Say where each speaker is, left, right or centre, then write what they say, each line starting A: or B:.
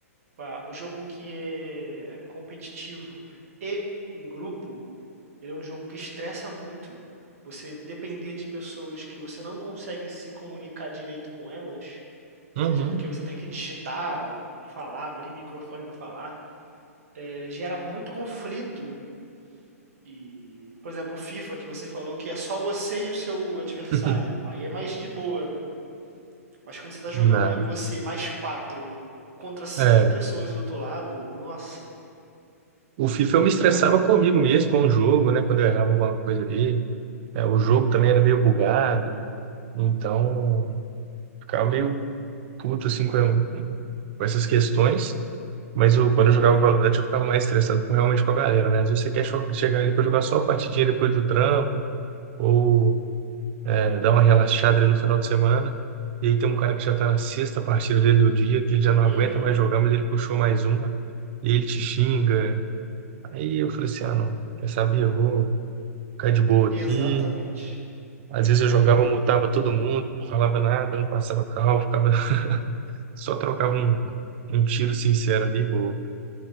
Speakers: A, on the right; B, on the right.
A: Pá, O jogo que é competitivo e em grupo, ele é um jogo que estressa muito. Você depender de pessoas que você não consegue se comunicar direito com elas,
B: Uhum.
A: seja porque você tem que digitar ou falar, abrir microfone para falar, é, gera muito conflito. E, por exemplo, o FIFA que você falou que é só você e o seu adversário.
B: <laughs>
A: Aí é mais de boa, né? Mas quando você tá jogando
B: Na,
A: ali você mais quatro contra cinco
B: é,
A: pessoas do outro lado, nossa.
B: o FIFA eu me estressava
A: Ai.
B: comigo mesmo, com o jogo, né? Quando eu errava alguma coisa ali. É, o jogo também era meio bugado, então ficava meio puto assim com, com essas questões. Mas eu, quando eu jogava Valorant, eu ficava mais estressado com, realmente com a galera, né? Às vezes você quer cho- chegar ali para jogar só a partidinha depois do trampo, ou é, dar uma relaxada ali no final de semana. E aí tem um cara que já tá na sexta partida dele do dia, que ele já não
A: Uhum,
B: aguenta mais jogar, mas ele puxou mais uma, e ele te xinga. Aí eu falei assim: ah, não, quer saber? Eu vou ficar de boa
A: exatamente.
B: aqui. Às vezes eu jogava, mutava todo mundo, não falava nada, não passava cal ficava, <laughs> só trocava um, um tiro sincero ali, boa.